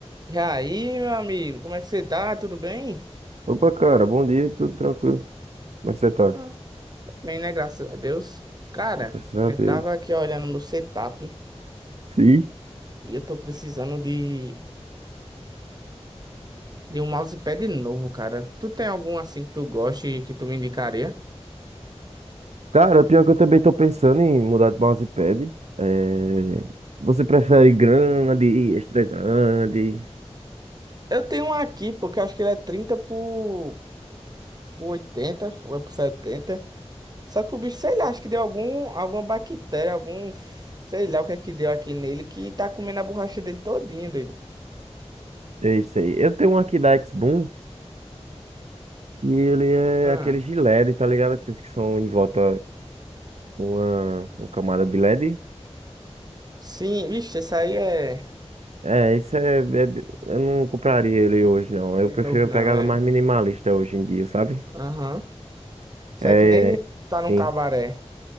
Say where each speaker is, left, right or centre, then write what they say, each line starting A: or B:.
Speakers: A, on the right; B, on the right.
A: E aí, meu amigo, como é que você tá? Tudo bem?
B: Opa, cara, bom dia, tudo tranquilo? Como é que você tá?
A: Ah, tô bem, né? Graças a Deus. Cara,
B: Graças a
A: eu
B: Deus.
A: tava aqui olhando meu setup
B: Sim.
A: e eu tô precisando de, de um mousepad novo, cara. Tu tem algum assim que tu goste e que tu me indicaria?
B: Cara, pior que eu também tô pensando em mudar de mousepad. É... Você prefere grande, extra grande?
A: Eu tenho um aqui, porque eu acho que ele é 30 por, por 80 ou é por 70. Só que o bicho, sei lá, acho que deu algum, alguma bactéria, algum. f- Sei lá o que é que deu aqui nele que tá comendo a borracha dele todinho, dele.
B: É isso aí. Eu tenho um aqui da X-Boom, que ele é
A: Ah,
B: aquele de LED, tá ligado? Aqueles que são em volta com uma, uma camada de LED.
A: sim, vixe, esse aí é.
B: É, isso é, é- Eu não compraria ele hoje, não. Eu
A: De
B: prefiro
A: novo não,
B: uma pegada
A: é.
B: mais minimalista hoje em dia, sabe?
A: Aham. Isso
B: É,
A: é que nem tá
B: sim.
A: num cabaré.